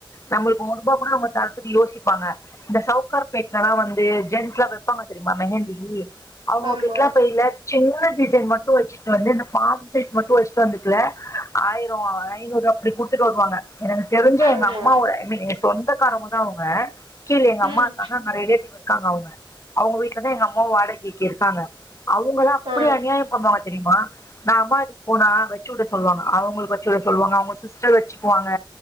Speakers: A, on the left; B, on the right.
A: நம்மளுக் ஒர்பா கூட அவுங்க தரத்துக்கு யோசிப்பாங்க இந்த சவுக்கார் பேட்லலா வந்து ஜென்ஸ்லா வெ ப்பாங்க தெரியுமா மெஹந்தி அவ்ங்க
B: ஆமா
A: கிட்லா ஃபைய்லக் சின்ன டிசைன் மட்டு வச்சிட்டு வந்து இந்த பாம் சைஸ் மட்டு வச்சுட்டு வந்துட்டுல ஆயர் ரோ ஐநூறுவா அப்டி குடுத்துட்டு வருவாங்க எனக்கு தெரிஞ்ச எங்க
B: ஆமா
A: அம்மவோட மே எங்க சொந்தக்காரவங்க தா அவுங்க கீழ எங்க
B: ம்
A: அம்மா இருக்காங்க அங்க ரிலாட்டிவ் இருக்காங்க அவுங்க அவுங்க வீட்லதா எங்க அம்மாவு வாடகிக்கி இருக்காங்க அவுங்களா அப்டி
B: ஆ
A: அநியாயோ பண்ணுவாங்க தெரியுமா நா அம்மா வீட்டுக்கு போனா வச்சு வுட சொல்வாங்க அவுங்களுக்கு வச்சு விட சொல்வாங்க அவுங்க சிஸ்டர் வச்சிக்குவாங்க